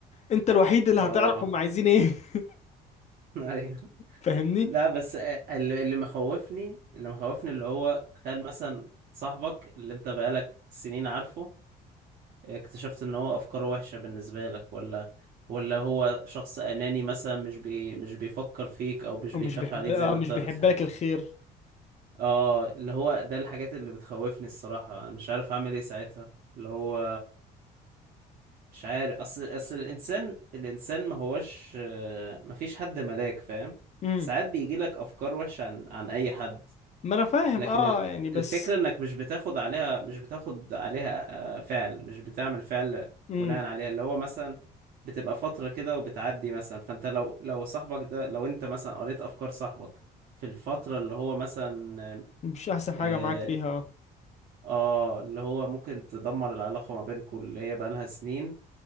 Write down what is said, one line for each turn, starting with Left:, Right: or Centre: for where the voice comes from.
Left: انت الوحيد اللي
Right: اه
Left: هتعرف هم عايزين ايه <laughs>
Right: <laughs> ايوه
Left: فاهمني
Right: لا بس آه، اللي اللي مخوفني اللي مخوفني اللي هو تخيل مثلا صاحبك اللي انت بقالك سنين عارفه آه، اكتشفت ان هو افكاره وحشة بالنسبة لك ولا ولا هو شخص اناني مثلا مش بي مش بيفكر فيك او مش
Left: هو
Right: بيخاف
Left: مش بيحب
Right: عليك
Left: اه
Right: زي ما
Left: مش
Right: انت
Left: بيحب
Right: بتح...
Left: لك الخير
Right: اه اللي هو ده الحاجات اللي بتخوفني الصراحة انا مش عارف اعمل ايه ساعتها اللي هو مش عارف اصل اصل الانسان الانسان ما هوش آه، ما فيش حد ملاك فاهم
Left: امم
Right: ساعات بيجي لك افكار وحشة عن عن اي حد
Left: ما انا فاهم
Right: لكن
Left: اه
Right: ال-
Left: يعني بس
Right: الفكرة انك مش بتاخد عليها مش بتاخد عليها آه، فعل مش بتعمل فعل
Left: امم
Right: بناء عليها اللي هو مثلا بتبقى فترة كده وبتعدي مثلا فانت لو لو صاحبك ده لو انت مثلا قريت افكار صاحبك في الفترة اللي هو مثلا
Left: مش احسن حاجه
Right: اه
Left: معاك فيها اه
Right: آه، اللي هو ممكن تدمر العلاقة ما بينكم اللي هي بقالها سنين